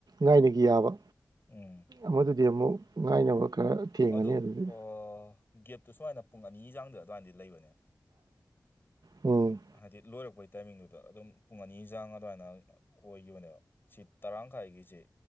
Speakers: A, on the right (about 70°); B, on the left (about 30°).
A: ꯉꯥꯏꯅꯒꯤ ꯌꯥꯕ
B: ꯎꯝ
A: ꯑꯃꯗꯨꯗꯤ ꯑꯃꯨꯛ ꯉꯥꯏꯅꯕ ꯈꯔ ꯊꯦꯡꯉꯅꯤ
B: ꯑꯗꯣ
A: ꯑꯗꯨꯗꯤ
B: ꯑꯣ ꯒꯦꯞꯇꯨ ꯁꯨꯃꯥꯏꯅ ꯄꯨꯡ ꯑꯅꯤꯒꯤ ꯆꯥꯡꯗ ꯑꯗꯨꯃꯥꯏꯅꯗꯤ ꯂꯩꯕꯅꯦ
A: ꯎꯝ
B: ꯍꯥꯏꯗꯤ ꯂꯣꯏꯔꯛꯄꯩ ꯇꯥꯏꯃꯤꯡꯗꯨꯗ ꯑꯗꯨꯝ ꯄꯨꯡ ꯑꯅꯤ ꯆꯥꯡ ꯑꯗꯨꯃꯥꯏꯅ ꯑꯣꯏꯈꯤꯕꯅꯦꯕ ꯁꯤ ꯇꯔꯥ ꯃꯈꯥꯏꯒꯤꯁꯤ